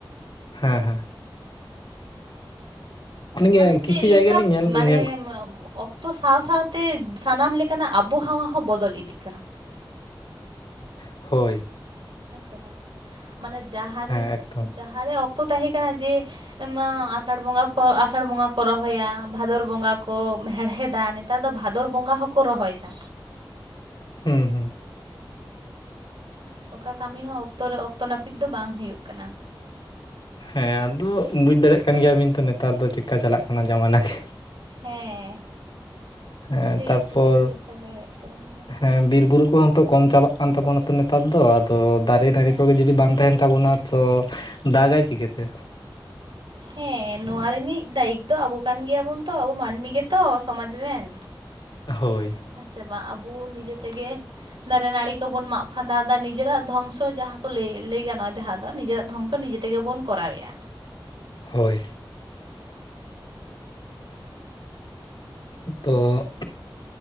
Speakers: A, on the left; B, on the right.
A: ᱦᱮᱸ ᱦᱮᱸ ᱚᱱᱮᱜᱮ
B: ᱢᱟᱱᱮ
A: ᱠᱤᱪᱷᱩ
B: ᱪᱮᱫ ᱞᱮᱠᱟ
A: ᱡᱟᱭᱜᱟ ᱞᱤᱧ ᱧᱮᱞ
B: ᱢᱟᱱᱮ
A: ᱧᱮᱞ
B: ᱚᱠᱛᱚ ᱥᱟᱶ ᱥᱟᱶᱛᱮ ᱥᱟᱱᱟᱢ ᱞᱮᱠᱟᱱᱟᱜ ᱟᱵᱚᱦᱟᱣᱟ ᱦᱚᱸ ᱵᱚᱫᱚᱞ ᱤᱫᱤᱹᱜ ᱠᱟᱱᱟ
A: ᱦᱳᱭ
B: ᱦᱮᱸ ᱥᱮ ᱵᱟᱝ ᱢᱟᱱᱮ ᱡᱟᱦᱟᱸᱨᱮ
A: ᱦᱮᱸ ᱮᱠᱫᱚᱢ
B: ᱡᱟᱦᱟᱸᱨᱮ ᱚᱠᱛᱚ ᱛᱟᱦᱮᱸ ᱠᱟᱱᱟ ᱡᱮ ᱚᱱᱟ ᱟᱥᱟᱲ ᱵᱚᱸᱜᱟ ᱠᱚ ᱟᱥᱟᱲ ᱵᱚᱸᱜᱟ ᱠᱚ ᱨᱚᱦᱚᱭᱟ ᱵᱷᱟᱫᱚᱨ ᱵᱚᱸᱜᱟ ᱠᱚ ᱦᱮᱲᱦᱮᱫᱟ ᱱᱮᱛᱟᱨ ᱱᱮᱛᱟᱨ ᱫᱚ ᱵᱷᱟᱫᱚᱨ ᱵᱚᱸᱜᱟ ᱦᱚᱠᱚ ᱨᱚᱦᱚᱭ-ᱮᱫᱟ
A: ᱦᱩᱸ ᱦᱩᱸ
B: ᱚᱠᱟ ᱠᱟᱹᱢᱤ ᱦᱚᱸ ᱚᱠᱛᱚ ᱨᱮ ᱚᱠᱛᱚ ᱱᱟᱹᱯᱤᱛ ᱫᱚ ᱵᱟᱝ ᱦᱩᱭᱩᱜ ᱠᱟᱱᱟ
A: ᱦᱮᱸ ᱟᱫᱚ ᱵᱩᱡ ᱫᱟᱲᱮᱭᱟᱜ ᱠᱟᱱ ᱜᱮᱭᱟᱵᱤᱱ ᱛᱚ ᱱᱮᱛᱟᱨ ᱫᱚ ᱪᱮᱫᱠᱟ ᱪᱟᱞᱟᱜ ᱠᱟᱱᱟ ᱡᱟᱢᱟᱱᱟ ᱜᱮ
B: ᱦᱮᱸ
A: ᱦᱮᱸ
B: ᱥᱮ
A: ᱛᱟᱨᱯᱚᱨ
B: ᱛᱞᱤᱧ ᱵᱩᱡᱷᱟᱹᱣ ᱫᱟᱲᱮᱭᱟᱜ ᱠᱟᱱ ᱜᱮᱭᱟ
A: ᱦᱮᱸ ᱵᱤᱨ ᱵᱩᱨᱩ ᱠᱚᱦᱚᱸ ᱛᱚ ᱠᱚᱢ ᱪᱟᱵᱟᱜ ᱠᱟᱱ ᱛᱟᱵᱚᱱᱟ ᱛᱚ ᱱᱮᱛᱟᱨ ᱫᱚ ᱟᱫᱚ ᱫᱟᱨᱮ ᱱᱟᱲᱤᱜᱮ
B: ᱦᱮᱸ
A: ᱡᱩᱫᱤ ᱵᱟᱝ ᱛᱟᱦᱮᱱ ᱛᱟᱵᱚᱱᱟ ᱛᱚ ᱫᱟᱜᱟᱭ ᱪᱤᱠᱟᱹᱛᱮ
B: ᱦᱮᱸ ᱱᱚᱣᱟ ᱨᱤᱱᱤᱡ ᱫᱟᱭᱤᱛ ᱫᱚ ᱟᱵᱚ ᱠᱟᱱ ᱜᱮᱭᱟᱵᱚᱱ ᱛᱚ ᱟᱵᱚ ᱢᱟᱹᱱᱢᱤ ᱜᱮᱛᱚ ᱥᱚᱢᱟᱡ ᱨᱮᱱ
A: ᱦᱳᱭ
B: ᱦᱮᱸ ᱥᱮ ᱵᱟᱝ ᱟᱵᱚ ᱱᱤᱡᱮ ᱛᱮᱜᱮ ᱫᱟᱨᱮ ᱱᱟᱹᱲᱤ ᱠᱚᱵᱚᱱ ᱢᱟᱜ ᱯᱷᱟᱸᱫᱟᱣᱮᱫᱟ ᱱᱤᱡᱮᱨᱟᱜ ᱫᱷᱚᱝᱥᱚ ᱡᱟᱦᱟᱸ ᱠᱚ ᱞᱟᱹᱭ ᱞᱟᱹᱭ ᱜᱟᱱᱚᱜᱼᱟ ᱡᱟᱦᱟᱸ ᱫᱚ ᱱᱤᱡᱮᱨᱟᱜ ᱫᱷᱚᱝᱥᱚ ᱱᱤᱡᱮ ᱛᱮᱜᱮ ᱵᱚᱱ ᱠᱚᱨᱟᱣᱮᱫᱼᱟ
A: ᱦᱳᱭ ᱛᱚ
B: ᱚᱱᱟᱜᱮ